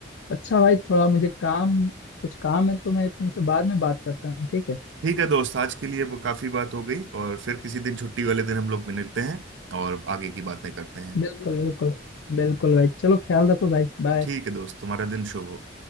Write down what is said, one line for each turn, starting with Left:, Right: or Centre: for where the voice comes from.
Left: अच्छा भाई थोड़ा मुझे काम कुछ काम है तो मैं तुमसे बाद में बात करता हूँ ठीक है
Right: ठीक है दोस्त आज के लिए वो काफी बात हो गई और फिर किसी दिन छुट्टी वाले दिन हम लोग मिलते हैं और आगे की बातें करते हैं
Left: बिल्कुल बिल्कुल बिल्कुल भाई चलो ख्याल रखो भाई बाय
Right: ठीक है दोस्त तुम्हारा दिन शुभ हो